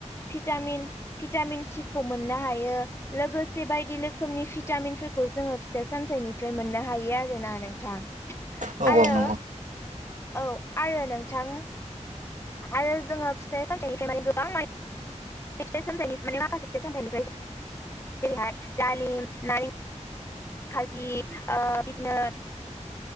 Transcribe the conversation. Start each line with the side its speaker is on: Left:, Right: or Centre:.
Left: भिटामिन भिटामिन सि खौ मोननो हायो लोगोसे बायदि लोखोमनि भिटामिनफोरखौ जोङो फिथाइ सामथाइनि फ्राय मोननो हायो आरोना नोंथां
Right: औ
Left: आरो
Right: औ नंगौ
Left: औ आरो नोंथां आरो जोङो फिथाइ सामथाइनिफ्राय माने गोबां माने फिथाइ सामथाइनि माने माखासे फिथाइ सामथाइनिफ्रायसो जेरैहाय दालिम नारें खाजि ओ बिदिनो